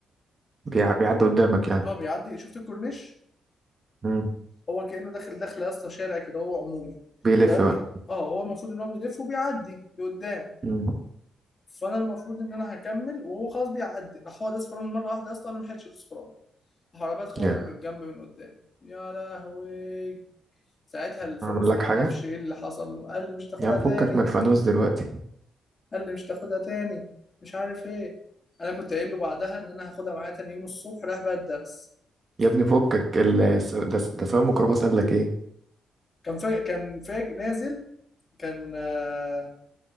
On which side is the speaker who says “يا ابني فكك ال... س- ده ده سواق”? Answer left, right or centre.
Right